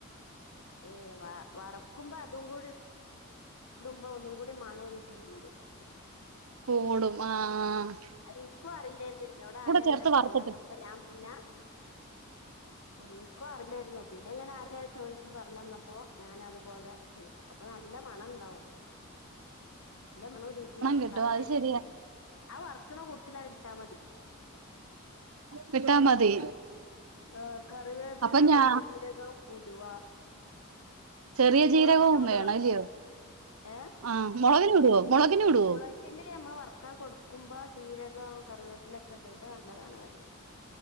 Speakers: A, on the left (about 80°); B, on the right (about 75°).
A: ഏ വ വറക്കുമ്പോ അതും കൂടി ഇട് ടുമ്പം ഒന്നും കൂടി മണോരുചിയും കൂടും-
B: കൂടും ആഹ് -
A: എനിക്കും അറിയില്ലായിരുന്നു ഇന്നോട് ആര
B: ചേർത്ത്
A: അങ്ങനെ പറഞ്ഞന്നപ്പോ
B: വറുത്തിട്ട്
A: ഞാൻ പിന്നെ- എനിക്കും അറില്ലായിരുന്നു പിന്നെ ഇങ്ങനെ ആരെയ ചോയിച്ചു പറഞ്ഞു തന്നപ്പോ ഞാന അതുപോലെ ചെയ്യും അപ്പൊ നല്ല മണ ഉണ്ടാവും നല്ല മണം രുചി ഉണ്ടാവും
B: കിട്ടും
A: കറിവേപ്പിലയും
B: അത് ശരിയാ
A: ആഹ് വെങ്ക്ണ കൊടുത്തില്ലായി ഇട്ടാ മതി
B: വിട്ടാ മതി
A: ആഹ് കറിവേപ്പില
B: അപ്പൊ ഞാ
A: വലിയജിരകം ഉലുവാ
B: ചെറിയ
A: മുളകിനു
B: ജീരകവും
A: ഇടുവാണ്
B: വേണം അല്ലയോ
A: ഏ
B: ആഹ് മുളകിന് ഇടുവോ മുളകിന് ഇടുവോ
A: മുളകിന്റെ നമ്മള് വർക്കാൻ കൊടുക്കുമ്പോ ജീരകവു കറിവേപ്പിലൊക്കെ ഇടിട്ട് നല്ലതാണത്